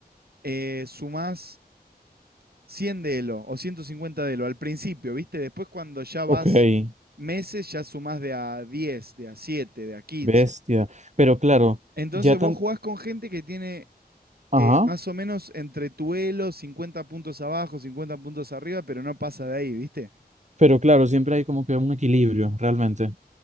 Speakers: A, on the right (about 70°); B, on the right (about 45°).
A: eh, sumás 100 de Elo o 150 de Elo al principio, ¿viste? Después, cuando ya vas
B: ok.
A: meses, ya sumás de a 10, de a 7, de a 15.
B: Bestia. Pero claro,
A: Entonces,
B: ya
A: vos
B: tan...
A: jugás con gente que tiene
B: Ajá.
A: eh, más o menos entre Tuelo, 50 puntos abajo, 50 puntos arriba, pero no pasa de ahí, ¿viste?
B: Pero claro, siempre hay como que un equilibrio, realmente.